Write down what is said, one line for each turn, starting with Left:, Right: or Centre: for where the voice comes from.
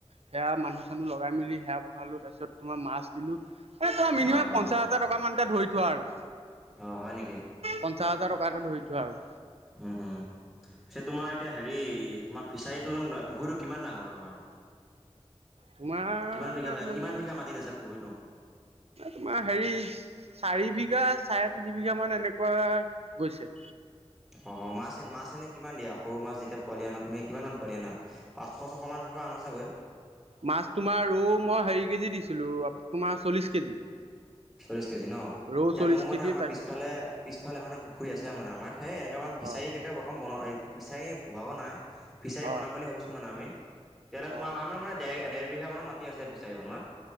Right: সেয়া মানুহ চানুহ লগাই মেলি সেয়া বনালো তাৰ পিছত তোমাৰ মাছ দিলো মানে তোমাৰ মিনিমাম
Centre: অ', অ',
Right: পঞ্চাশ হ টকা মান ধৰি থোৱা আৰু
Centre: অ', হয় নেকি।
Right: পঞ্চাশ হাজাৰ টকা এটা ধৰি থোৱা আৰু।
Centre: পিছে তোমাৰ এতিয়া হেৰি তোমাৰ ফিছাৰীটো পুখুৰীটো কিমান ডাঙৰ তোমাৰ?
Right: তোমাৰ
Centre: কিমান বিঘা
Right: মানে
Centre: কিমান বিঘা মাটিত আছে পুখুৰীটো?
Right: তোমাৰ হেৰি চাৰি বিঘা চাৰে তিনি বিঘা মান এনেকুৱা গৈছে।
Centre: অ', মাছ, মাছ এনে কিমান দিয়া সৰু মাছ যেতিয়া পোৱালি আনা তুমি কিমান মান পোৱালি আনা। পাঁচশ ছশ মান ধৰা আনা আছেগৈ।
Right: মাছ তোমাৰ ৰৌ মই হেৰি কেজি দিছিলোঁ তোমাৰ চল্লিশ কেজি।
Centre: চল্লিছ কেজি ন।
Right: ৰৌ
Centre: এতিয়া
Right: চল্লিশ
Centre: মোৰ মানে
Right: কেজি
Centre: আমাৰ
Right: তাৰপিছত
Centre: পিছফালে পিছফালে পুখুৰী আছে, আমাৰ সেই এনেকুৱা মান ফিচাৰিলকে
Right: অ'
Centre: ৰকম <unintelligible> ফিছাৰী নাই ফিচাৰী
Right: অ'
Centre: বনাম বুলি ভাবিছোঁ মানে আমি, তেতিয়াহলে
Right: অ'
Centre: আমাৰ মানে ডেৰ বিঘা মানত মাটি আছে ফিচাৰি বনোৱা।